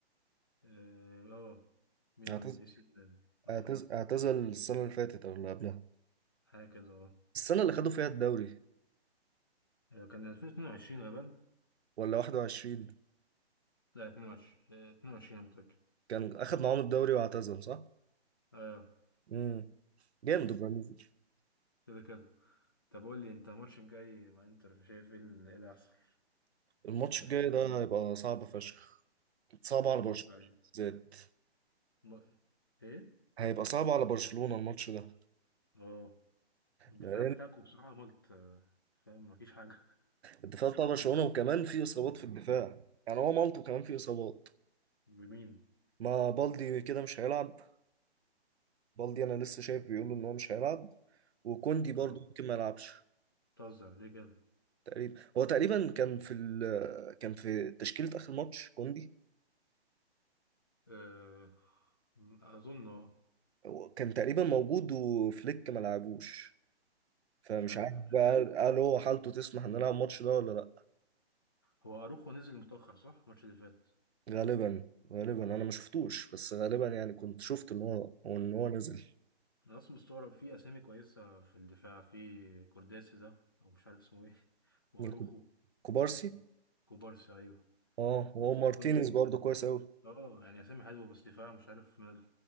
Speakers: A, on the left (about 20°); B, on the right (about 70°).
A: اه آه، ميلان
B: اعتزل
A: اي سي ميلان ايوه
B: اعتزل اعتزل السنه اللي فاتت او اللي قبلها
A: حاجه كده اه
B: السنه اللي خدوا فيها الدوري
A: آه، كان 2022 غالبا
B: ولا 21
A: لا 22 آه، 22 انا متاكد
B: كان اخد معاهم الدوري واعتزل صح
A: اه
B: امم جامد ابراهيموفيتش
A: كده كده طب قول لي انت الماتش الجاي مع انتر شايف ايه اللي إيه اللي هيحصل
B: الماتش
A: برشلونه
B: الجاي ده هيبقى صعب فشخ صعب على
A: تتوقع
B: برشلونه
A: إيه؟
B: بالذات
A: م... ايه
B: هيبقى صعب على برشلونه الماتش ده
A: اه والدفاع
B: لان
A: بتاعكم بصراحة ملت آه، فاهم مفيش حاجة
B: الدفاع بتاع برشلونة وكمان في إصابات في الدفاع يعني هو مالطو كمان في إصابات
A: بمين
B: ما بالدي كده مش هيلعب بالدي أنا لسه شايف بيقولوا إن هو مش هيلعب وكوندي برضه
A: اه
B: ممكن ما يلعبش
A: بتهزر ليه كده
B: تقريبا هو تقريبا كان في ال... كان في تشكيلة آخر ماتش كوندي
A: آه، م- اظن اه
B: هو كان تقريبا موجود وفليك ما لعبوش فمش
A: مش عارف
B: عارف
A: غريب
B: بقى قال هو حالته تسمح ان نلعب الماتش ده ولا لا
A: هو اروخو نزل متأخر صح الماتش اللي فات
B: غالبا غالبا انا ما شفتوش بس غالبا يعني كنت شفت ان هو ان هو نزل
A: انا اصلا مستغرب في اسامي كويسة في الدفاع في كورداسي ده او مش عارف اسمه ايه <laughs> واروخو
B: مين كوب- كوبارسي
A: كوبارسي ايوه
B: اه هو
A: وكوندي
B: مارتينيز برضه كويس قوي
A: اه يعني اسامي حلوة بس دفاع مش عارف ماله